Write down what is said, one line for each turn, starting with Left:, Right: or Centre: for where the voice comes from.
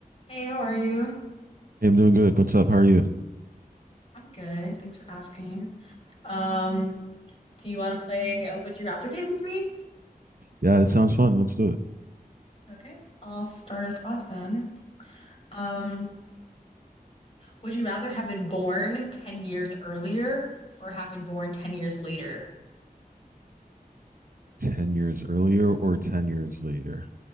Left: Hey, how are you?
Right: Hey, I'm doing good. What's up? How are you?
Left: I'm good. Thanks for asking. Um, do you want to play a Would You Rather game with me?
Right: Yeah, it sounds fun. Let's do it.
Left: Okay, I'll start us off then. Um, would you rather have been born 10 years earlier or have been born 10 years later?
Right: 10 years earlier or 10 years later?